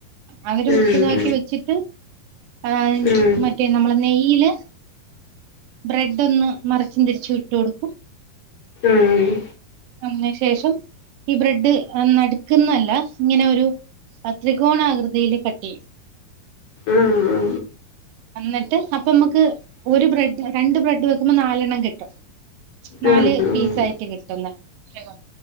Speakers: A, on the right (about 80°); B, on the left (about 75°).
A: അവര് മിശ്രിത
B: ഉം
A: ക്കി വെച്ചിട്ട്, ആഹ്
B: ഉം
A: മറ്റേ പി, നമ്മള് നെയ്യിൽ ബ്രെഡ് ഒന്ന് മറച്ച് തിരിച്ച് ഇട്ട് കൊടുക്കും.
B: ഉം ആഹ്
A: അതിനു ശേഷം ഈ ബ്രെഡ് നടുക്കുന്നല്ല, ഇങ്ങനെ ഒരു ആഹ്, ത്രികോണാ കൃതിയിൽ കട്ട് ചെ യ്യും.
B: ആഹ്
A: വന്നിട്ട്, അപ്പ നമ്മക്ക് ഒരു ബ്രെഡ് രണ്ട് ബ്രെഡ് വെക്കുമ്പോ, നാലെണ്ണം കിട്ടും. നാല്
B: ആഹ്
A: പീസ്
B: ആഹ്
A: ആയിട്ട് കിട്ടുന്ന ട്ട